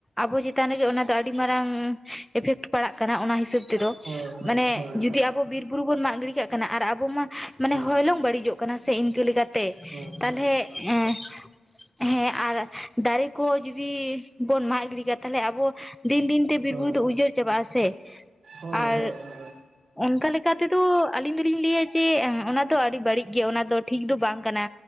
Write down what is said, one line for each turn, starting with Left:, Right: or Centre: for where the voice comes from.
Centre: ᱟᱵᱚ ᱪᱮᱛᱟᱱ ᱨᱮᱜᱮ ᱚᱱᱟ ᱛᱚ ᱟᱹᱰᱤ ᱢᱟᱨᱟᱝ ᱮᱯᱷᱮᱠᱴ ᱯᱟᱲᱟᱜ ᱠᱟᱱᱟ ᱚᱱᱟ ᱦᱤᱥᱟᱹᱵ ᱛᱮ ᱫᱚ
Right: ᱦᱳᱭ ᱦᱳᱭ
Centre: ᱢᱟᱱᱮ
Right: ᱦᱳᱭ
Centre: ᱡᱩᱫᱤ
Right: ᱦᱳᱭ
Centre: ᱟᱵᱚ
Right: ᱦᱳᱭ
Centre: ᱵᱤᱨ ᱵᱩᱨᱩ ᱵᱚᱱ ᱢᱟᱜ ᱜᱤᱰᱤ ᱠᱟᱜ ᱠᱟᱱᱟ ᱟᱨ ᱟᱵᱚ ᱢᱟ ᱢᱟᱱᱮ
Right: ᱦᱳᱭ
Centre: ᱦᱚᱭᱞᱚᱝ ᱵᱟᱹᱲᱤᱡᱚᱜ ᱠᱟᱱᱟ ᱥᱮ ᱤᱱᱠᱟᱹ ᱞᱮᱠᱟᱛᱮ ᱛᱮ
Right: ᱦᱳᱭ
Centre: ᱛᱟᱦᱚᱞᱮ
Right: ᱦᱳᱭ
Centre: ᱮᱸ ᱦᱮᱸ ᱟᱨ ᱫᱟᱨᱮ ᱠᱚ ᱡᱩᱫᱤ ᱵᱚᱱ ᱢᱟᱜ ᱜᱤᱰᱤ ᱠᱟ ᱛᱟᱦᱚᱞᱮ ᱟᱵᱚ ᱫᱤᱱ ᱫᱤᱱ ᱛᱮ ᱵᱤᱨ
Right: ᱦᱳᱭ
Centre: ᱵᱩᱨᱩ ᱫᱚ
Right: ᱦᱳᱭ ᱦᱳᱭ
Centre: ᱩᱡᱟᱹᱲ ᱪᱟᱵᱟᱜ-ᱟ ᱥᱮ
Right: ᱦᱳᱭ
Centre: ᱟᱨ
Right: ᱦᱳᱭ ᱦᱳᱭ
Centre: ᱚᱱᱠᱟ ᱞᱮᱠᱟ ᱛᱮᱫᱚ ᱟᱹᱞᱤᱧ ᱫᱚᱞᱤᱧ ᱞᱟᱹᱭᱟ ᱡᱮ ᱚᱱᱟ ᱫᱚ ᱟᱹᱰᱤ ᱵᱟᱹᱲᱤᱡ ᱜᱮᱭᱟ ᱚᱱᱟ ᱫᱚ ᱴᱷᱤᱠ ᱫᱚ ᱵᱟᱝ ᱠᱟᱱᱟ᱾